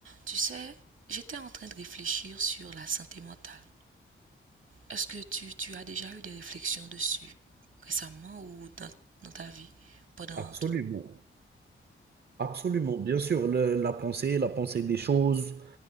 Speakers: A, on the right (about 70°); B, on the right (about 50°).
A: Tu sais, j'étais en train de réfléchir sur la santé mentale. Est-ce que tu, tu as déjà eu des réflexions dessus récemment ou dans, dans ta vie pendant
B: Absolument,
A: tout
B: absolument. Bien sûr, le- la pensée, la pensée des choses,